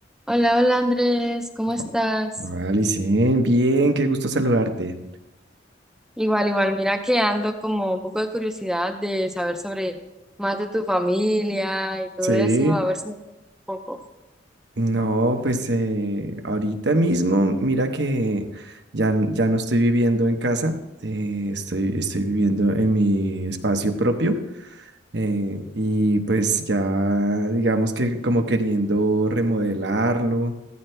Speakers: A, in the centre; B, on the right.
A: Hola, hola Andrés, ¿cómo estás?
B: No. Hola, Licen, bien, qué gusto saludarte.
A: Igual, igual, mira que ando como un poco de curiosidad de saber sobre más de tu familia y todo
B: Sí,
A: eso, a ver si me cuentas un poco.
B: no, pues eh, ahorita mismo, mira que ya, n- ya no estoy viviendo en casa, eh, estoy, estoy viviendo en mi espacio propio eh, y pues ya digamos que como queriendo remodelarlo,